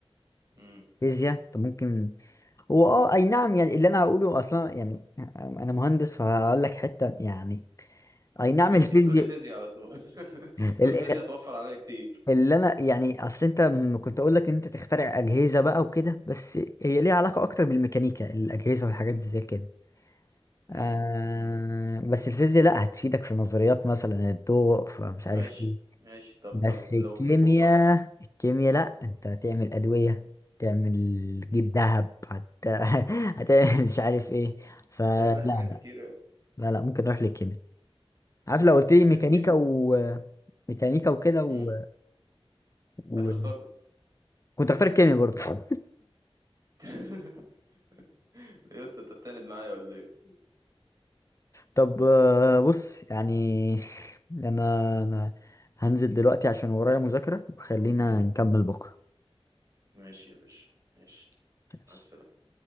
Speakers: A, on the right (about 35°); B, on the left (about 30°).
A: امم
B: فيزياء طب ممكن هو اه اي نعم يعني اللي انا هقوله اصلا يعني انا مهندس فهقول لك حته يعني اي نعم
A: فيزياء
B: الفيزياء
A: تقول لي فيزياء على طول <laughs>
B: <laughs>
A: تقول لي فيزياء هتوفر عليا كتير
B: اللي انا يعني اصل انت م- كنت اقول لك ان انت تخترع اجهزه بقى وكده بس هي ليها علاقه اكتر بالميكانيكا الاجهزه والحاجات زي كده
A: مم.
B: آه
A: مم.
B: بس الفيزياء لا هتفيدك في نظريات مثلا الضوء فمش عارف
A: ماشي
B: ايه
A: ماشي طب
B: بس
A: طب
B: الكيمياء
A: لو في المطلق
B: الكيمياء لا انت هتعمل ادويه تعمل
A: مم.
B: تجيب ذهب هت... <laughs> هتعمل مش عارف ايه فلا
A: هتعمل
B: لا
A: حاجات كتير أوي
B: لا لا ممكن اروح للكيمياء عارف لو قلت لي ميكانيكا
A: للكيمياء
B: و ميكانيكا وكده و...
A: مم.
B: و...
A: هتختارهم
B: كنت اختار الكيمياء برضه <laughs>
A: <laughs> ليه يا اسطى انت بتعند معايا ولا ايه
B: طب آه، بص يعني <laughs> انا أنا هنزل دلوقتي عشان ورايا مذاكرة وخلينا نكمل بكرة
A: ماشي يا باشا ماشي
B: ماشي.
A: مع السلامة